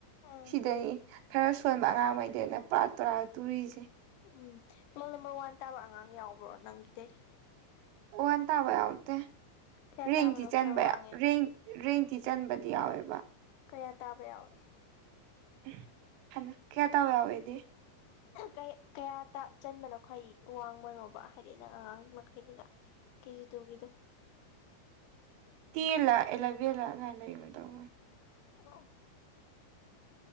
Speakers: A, on the left; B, on the right.
A: ꯎꯝ
B: ꯁꯤꯗꯅꯤ ꯈꯔ ꯁꯣꯟꯕ ꯑꯉꯥꯡꯃꯩꯗꯅ ꯄꯨꯔꯥ ꯇꯣꯔꯥ ꯇꯨꯔꯤꯁꯦ꯫
A: ꯎꯝ ꯔꯣꯜ ꯅꯝꯕꯔ ꯋꯥꯟ ꯇꯥꯕ ꯑꯉꯥꯡ ꯌꯥꯎꯕ꯭ꯔꯣ ꯅꯪꯒꯤꯗꯩ?
B: ꯋꯥ ꯋꯥꯟ ꯇꯥꯕ ꯌꯥꯎꯗꯦ
A: ꯀꯌꯥ
B: ꯔꯦꯡ
A: ꯇꯥꯕꯅꯣ
B: ꯇꯤ ꯆꯟꯕ
A: ꯈ꯭ꯋꯥꯏ ꯋꯥꯡꯉꯦ
B: ꯔꯦꯡ ꯔꯦꯡꯇꯤ ꯆꯟꯕꯗꯤ ꯌꯥꯎꯋꯦꯕ꯫
A: ꯀꯌꯥ ꯇꯥꯕ ꯌꯥꯎꯏ?
B: ꯎ ꯍꯟꯅ ꯀꯌꯥ ꯇꯥꯕ ꯌꯥꯎꯏꯗꯤ
A: ꯀꯩ ꯀꯌꯥ ꯇ ꯆꯟꯕꯅꯣ ꯈ꯭ꯋꯥꯏ ꯋꯥꯡꯕꯅꯣꯕ ꯍꯥꯏꯗꯤ ꯅꯪ ꯑꯉꯥꯡ ꯃꯈꯩꯗꯨꯗ? ꯀꯦꯖꯤ ꯇꯨꯒꯤꯗꯣ
B: ꯇꯦꯜꯂꯥ ꯑꯦꯂꯕꯦꯜꯂꯥ ꯑꯗꯨꯃꯥꯏ ꯂꯩꯒꯤꯒꯨꯝ ꯇꯧꯕꯅꯤ꯫
A: ꯑ